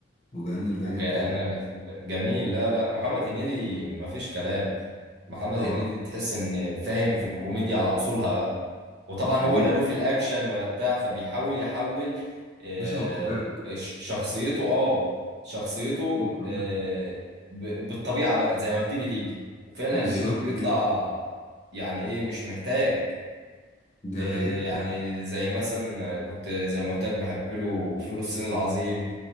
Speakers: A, on the left; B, on the right.
A: وجعان البيان
B: وجا
A: التالي
B: انا لا في بقى. جميل لا لا محمد هنيدي مفيش كلام محمد
A: طبعا
B: هنيدي تحس ان فاهم في الكوميديا على اصولها بقى وطبعا
A: ده حقيقه
B: هو لا له
A: يا
B: في الاكشن ولا بتاع فبيحاول يحول آه،
A: باشا هو بطبيعته
B: ش- شخصيته اه شخصيته
A: هو بطبيعته
B: آه، ب- بالطبيعه بقى زي ما بتيجي تيجي وفعلا
A: بالظبط
B: الفيلم بيطلع
A: كده
B: يعني ايه مش محتاج
A: دي
B: آه،
A: حقيقه
B: يعني
A: ده
B: زي مثلا كنت زي ما قلت لك بحب له فول الصين العظيم